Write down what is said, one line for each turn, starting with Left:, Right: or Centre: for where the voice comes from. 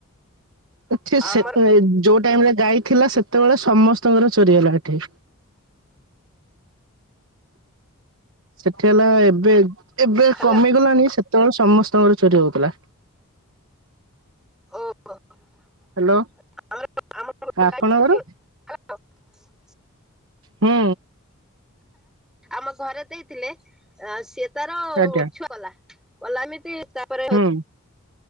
Right: ଠି ସେ
Centre: ଆମର
Right: ଯୋଉ ଟାଇମ ରେ ଗାଈ ଥିଲା ସେତେବେଳେ ସମସ୍ତଙ୍କର ଚୋରି ହେଲା ହେଠି। ସେଠି ହେଲା ଏବେ ଏବେ
Centre: ହ୍ୟାଲୋ
Right: କମିଗଲଣିି ସେତେବେଳେ ସମସ୍ତଙ୍କର ଚୋରି ହଉଥିଲା।
Centre: ଓ <inaudible>
Right: ହ୍ୟାଲୋ
Centre: ଆମ <inaudible>
Right: ଆପଣଙ୍କର
Centre: ହ୍ୟାଲୋ।
Right: ହୁଁ।
Centre: ଆମ ଘରେ ଦେଇଥିଲେ ଆଁ ସିଏ ତାର
Right: ଆଜ୍ଞା
Centre: ଛୁଆ କଲା। କଲା ଆମିତି ତାପରେ ହୋ
Right: ହଁ।